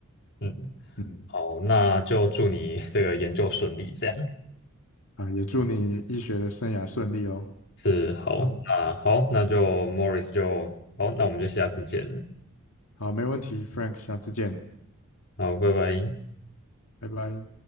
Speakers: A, on the left; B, on the left.
A: 嗯，
B: 嗯，
A: 好，那就祝你这个研究顺利，这样
B: 啊，也祝你医学的生涯顺利哦。
A: 是好。
B: 好，
A: 那好，那就 Morris 就好，那我们就下次见了，
B: 好，没问题，Frank，下次见，
A: 好，拜拜。
B: 拜拜。